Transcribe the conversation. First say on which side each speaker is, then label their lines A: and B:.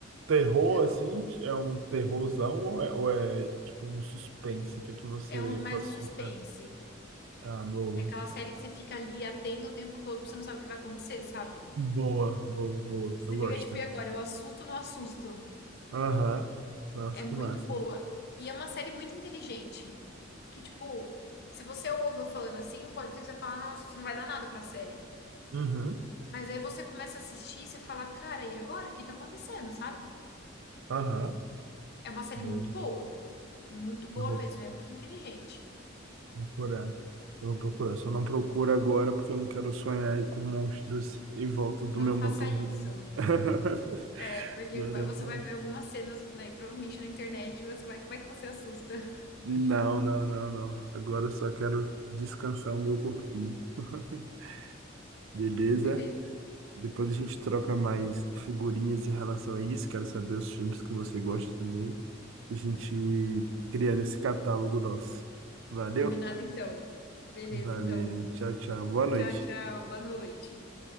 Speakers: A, on the right; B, on the left.
A: terror,
B: eu
A: assim,
B: posso falar.
A: é um terrorzão ou é, ou é, tipo um suspense? O que é que você
B: É um- mais
A: classifica?
B: um suspense.
A: Ah, boa.
B: É aquela série que você fica ali atento o tempo todo, porque você não sabe o que vai acontecer, sabe?
A: Boa, boa, boa. boa.
B: Você
A: Eu gosto.
B: fica tipo, e agora? Eu assusto ou não assusto?
A: Aham. Nossa,
B: É muito
A: que massa.
B: boa. E é uma série muito inteligente. Que, tipo, se você ouve eu falando assim, pode ser que você fale, nossa, isso não vai dar nada pra série.
A: Uhum.
B: Mas aí você começa a assistir e você fala, cara, e agora? O que tá acontecendo, sabe?
A: Aham.
B: É uma série
A: Boa.
B: muito boa. Muito boa
A: Eu vou
B: mesmo. É muito inteligente.
A: procurar. Eu vou procurar. Só não procuro agora porque eu não quero sonhar aí com monstros em volta do
B: Não
A: meu
B: faça
A: motorhome.
B: isso.
A: <laughs>
B: É porque
A: Agora,
B: vai- você
A: não,
B: vai ver algumas cenas, né, provavelmente na internet, você vai, como é que você assusta? <laughs>
A: não, não, não. não. Agora eu só quero descansar o meu corpinho. <laughs> Beleza?
B: Então, beleza.
A: Depois a gente troca mais figurinhas em relação a isso. Quero saber os filmes que você gosta também. A gente criando esse catálogo nosso. Valeu?
B: Combinado, então. Beleza,
A: Valeu.
B: então.
A: Tchau, tchau. Boa noite.
B: Tchau, tchau. Boa noite.